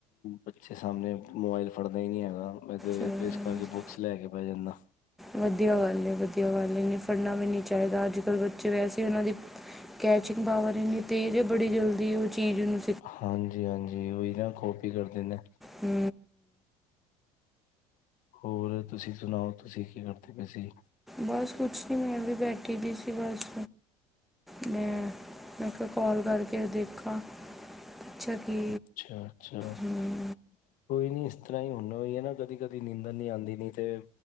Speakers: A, on the left (about 55°); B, in the centre.
A: ਬੱਚੇ ਸਾਹਮਣੇ ਮੋਬਾਇਲ ਫੜਦਾ ਹੀ ਨਹੀਂ ਹੈਗਾ। ਮੈਂ ਤੇ
B: ਚਲੋ
A: ਇਸ ਕਰਕੇ ਬੁੱਕਸ ਲੈ ਕੇ ਬੈ ਜਾਂਦਾ।
B: ਵਧੀਆ ਗੱਲ ਹੈ-ਵਧੀਆ ਗੱਲ ਹੈ, ਨਹੀਂ ਫੜਨਾ ਵੀ ਨਹੀਂ ਚਾਹੀਦਾ ਅੱਜ-ਕੱਲ੍ਹ ਬੱਚੇ ਵੈਸੇ ਉਹਨਾਂ ਦੀ ਕੈਚਿੰਗ ਪਾਵਰ ਇੰਨੀ ਤੇਜ਼ ਹੈ ਬੜੀ ਜਲਦੀ ਉਹ ਚੀਜ਼ ਉਹਨੂੰ
A: ਹਾਂਜੀ-ਹਾਂਜੀ, ਉਹੀ ਨਾ ਕੋਪੀ ਕਰਦੇ ਨੇ।
B: ਹੂੰ।
A: ਹੋਰ, ਤੁਸੀਂ ਸੁਣਾਓ ਤੁਸੀਂ ਕੀ ਕਰਦੇ ਪਏ ਸੀ?
B: ਬਸ, ਕੁਛ ਨੀ ਮੈਂ ਵੀ ਬੈਠੀ ਵੀ ਸੀ ਬਸ। ਮੈਂ-ਮੈਂ ਕਿਹਾ ਕਾਲ ਕਰਕੇ ਦੇਖਾਂ। ਅੱਛਾ ਕੀ
A: ਅੱਛਾ-ਅੱਛਾ।
B: ਹੂੰ
A: ਕੋਈ ਨੀ ਇਸ ਤਰ੍ਹਾਂ ਹੀ ਹੁਣ, ਹੋਈ ਹੈ ਨਾ ਕਦੀ-ਕਦੀ ਨੀਂਦਣ ਨੀ ਆਉਂਦੀ ਨੀ ਤੇ